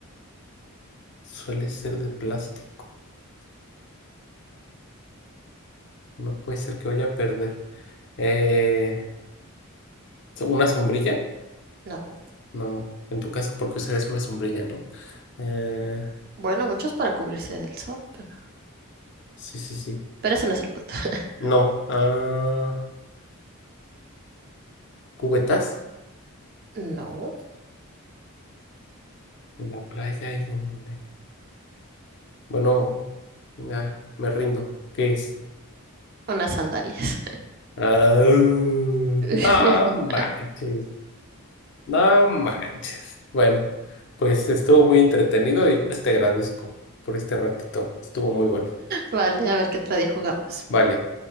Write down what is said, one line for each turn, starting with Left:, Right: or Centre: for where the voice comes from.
Left: Suele ser de plástico. No puede ser que vaya a perder. Eh, so- ¿una sombrilla?
Right: no.
Left: No, en tu casa, porque usarías una sombrilla, ¿no? Eh,
Right: Bueno, muchos para cubrirse del sol, pero,
Left: sí, sí, sí.
Right: pero ese no es el punto. <laughs>
Left: No. ah, ¿cubetas?
Right: No,
Left: En la playa y en el... Bueno, ya, me rindo. ¿Qué es?
Right: unas sandalias.
Left: Ah, no
Right: <laughs>
Left: manches, no manches. Bueno, pues estuvo muy entretenido y pues te agradezco por este ratito. Estuvo muy bueno.
Right: Vale, a ver qué otro día jugamos.
Left: Vale.